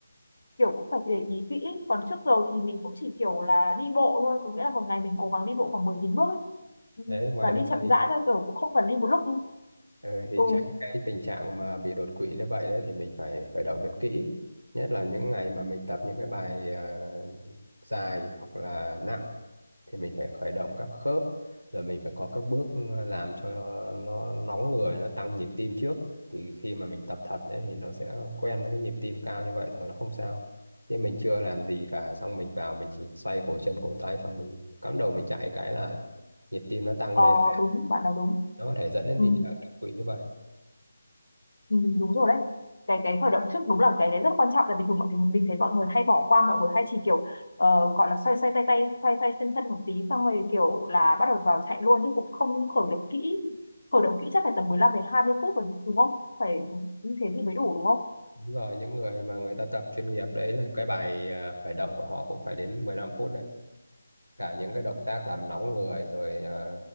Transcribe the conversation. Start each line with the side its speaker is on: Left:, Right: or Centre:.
Left: kiểu cũng phải để ý kỹ còn trước giờ thì mình cũng chỉ kiểu là đi bộ thôi có nghĩa là một ngày mình cố gắng đi bộ khoảng 10.000 bước ấy. Ừ,
Right: đấy ngoài
Left: và đi
Right: ra
Left: chậm
Right: thì
Left: rãi thôi kiểu cũng không cần đi một lúc
Right: Ừ, thì
Left: ừ
Right: tránh cái tình trạng mà bị đột quỵ như vậy đấy thì mình phải khởi động thật kỹ nhất là những ngày mà mình tập những cái bài ờ, dài hoặc là nặng thì mình phải khởi động các khớp rồi mình phải có các bước làm cho nó nóng người nó tăng nhịp tim trước thì khi mà mình tập thật đấy thì nó sẽ quen với cái nhịp tim cao như vậy rồi nó không sao nhưng mình chưa làm gì cả xong mình vào mình chỉ xoay cổ chân cổ tay xong mình cắm đầu mình chạy cái là nhịp tim nó tăng
Left: ờ,
Right: lên
Left: đúng bạn nói đúng
Right: nó có thể dẫn đến
Left: ừ.
Right: tình trạng đột quỵ như vậy
Left: Ừ, đúng rồi đấy cái cái khởi động trước đúng là cái đấy rất quan trọng tại vì thường mọi người mình thấy mọi người hay bỏ qua mọi người hay chỉ kiểu ờ, gọi là xoay xoay tay tay xoay xoay chân chân một tí xong rồi kiểu là bắt đầu vào chạy luôn chứ cũng không khởi động kỹ khởi động kỹ chắc phải tầm 15 đến 20 phút rồi đúng không phải như thế thì mới đủ đúng không
Right: đúng rồi những người mà người ta tập chuyên nghiệp đấy là cái bài à, khởi động của họ cũng phải đến 15 phút đấy cả những cái động tác làm nóng người rồi à,